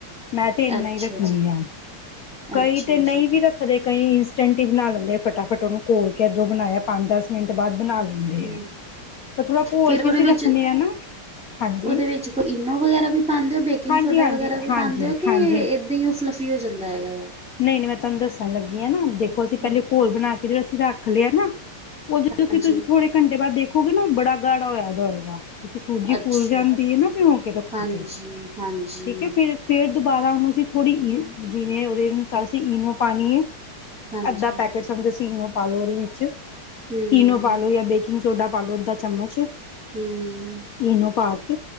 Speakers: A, on the left; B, in the centre.
A: ਮੈਂ ਤੇ ਇੰਨਾ
B: ਅੱਛਾ
A: ਹੀ ਰੱਖਣੀ
B: ਜੀ।
A: ਆਂਕਈ
B: ਅੱਛਾ
A: ਤੇ ਨਹੀਂ
B: ਜੀ
A: ਵੀ ਰੱਖਦੇ ਕਈ ਸਟੰਟ ਹੀ ਬਣਾ ਲੈਂਦੇ ਆ ਫਟਾਫਟ ਉਹਨੂੰ ਘੋਲ ਕੇ ਜੋ ਬਣਾਇਆ ਪੰਜ ਦਸ ਮਿੰਟ ਬਾਅਦ ਬਣਾ ਲੈਂਦੇ
B: ਹੂੰ
A: ਆ। ਪਰ ਥੋੜ੍ਹਾ ਘੋਲ
B: ਫਿਰ
A: ਕੇ
B: ਉਹਦੇ
A: ਅਸੀਂ
B: ਵਿੱਚ
A: ਰੱਖਣੇ ਆ ਨਾ। ਹਾਂਜੀ
B: ਉਹਦੇ ਵਿੱਚ ਕੋਈ ਇਨੋ ਵਗੈਰਾ ਵੀ ਪਾਉਂਦੇ ਹੋ, ਬੇਕਿੰਗ
A: ਹਾਂਜੀ
B: ਸੋਡਾ
A: ਹਾਂਜੀ
B: ਵਗੈਰਾ ਵੀ
A: ਹਾਂਜੀ
B: ਪਾਉਂਦੇ ਹੋ, ਕਿ
A: ਹਾਂਜੀ
B: ਏਦਾਂ ਹੀ ਫਲਫ। ਕਿ ਹੌ ਜਾਂਦਾ ਹੈਗਾ ਆ।
A: ਨਹੀਂ ਨਹੀਂ ਮੈਂ ਤੁਹਾਨੂੰ ਦੱਸਣ ਲੱਗੀ ਹੈ ਨਾ ਦੇਖੋ ਅਸੀਂ ਪਹਿਲੇ
B: ਹੂੰ,
A: ਘੋਲ ਬਣਾ ਕੇ ਜੌ ਅਸੀਂ ਰੱਖ ਲਿਆ ਨਾ ਉਂਜ
B: ਹਾਂਜੀ
A: ਤੁਸੀਂ ਥੋੜੇ ਘੰਟੇ ਬਾਅਦ ਦੇਖੋਗੇ ਨਾ, ਬੜਾ ਗਾੜਾ ਹੋਏਦਾ ਹੋਏਗਾ। ਕਿਉਂਕਿ ਸੂਜੀ
B: ਅੱਛਾ
A: ਫੁਲ ਜਾਂਦੀ ਹੈ ਨਾ, ਭਿਉ ਕੇ ਰੱਖੋ
B: ਹਾਂਜੀ
A: ਤੇ
B: ਹਾਂਜੀ
A: ਠੀਕ ਹੈ ਫੇਰ ਫਿਰ ਦੁਬਾਰਾ ਉਹਨੂੰ ਅਸੀਂ ਥੋੜ੍ਹੀ ਜਿਵੇਂ ਓਹਦੇ ਅਨੁਸਾਰ ਅਸੀਂ ਈਨੋ ਪਾਨੀਏ।
B: ਹਾਂਜੀ
A: ਅੱਧਾ ਪੈਕੇਟ ਸਮਝੋ ਅਸੀਂ ਇਨੋ ਪਾਲੋ ਉਹਦੇ ਵਿੱਚ
B: ਹੂੰ
A: ਇਨੋ ਪਾਲੋ ਜਾਂ ਬੇਕਿੰਗ ਸੋਡਾ ਪਾਲੋ ਅੱਧਾ ਚਮਚ।
B: <unintelligible>
A: ਈਨੋ ਪਾ ਕੇ,